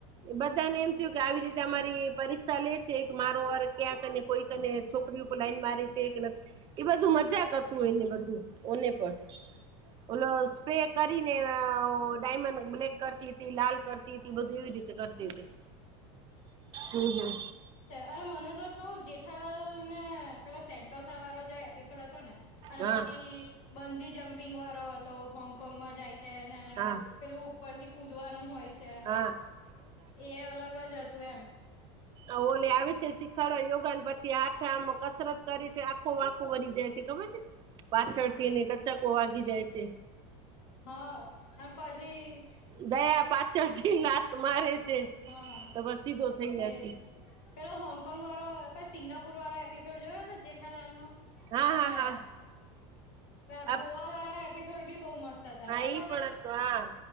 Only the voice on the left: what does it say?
<unintelligible> <unintelligible> <unintelligible> છે,
અને મને તો કઉ જેઠાલાલ ને પેલો સેન્ટોસા વાળો જે એપિસોડ હતો ને અને
પછી બંજી જમ્પિંગ વાળો તો હોંગકોંગમાં જાય છે, ને
પેલું ઉપર થી કુદવાનું હોય છે,
એ અલગ જ હતું એમ!
હા હા પછી
હા
એજ
પેલો હોંગકોંગ વાળો પ સિંગાપુર વાળો એપીસોડ જોયો હતો જેઠાલાલ નો
અને
પેલાં
ગોવાવાળા એપિસોડ બી બહુ મસ્ત હતા ખબર
છે,